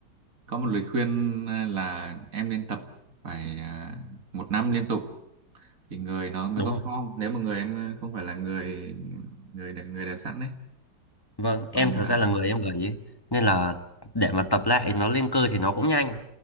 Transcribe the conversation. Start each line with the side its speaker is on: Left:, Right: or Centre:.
Right: có một lời khuyên à, là em nên tập phải à, một năm liên tục thì người nó mới
Left: Đúng
Right: có
Left: rồi.
Right: form nếu mà người em ờ, không phải là người người đẹp- người đẹp sẵn đấy
Left: Vâng,
Right: còn
Left: em thật
Right: à,
Left: ra là người em gầy ấy. Nên là để mà tập lại nó lên cơ thì nó cũng nhanh.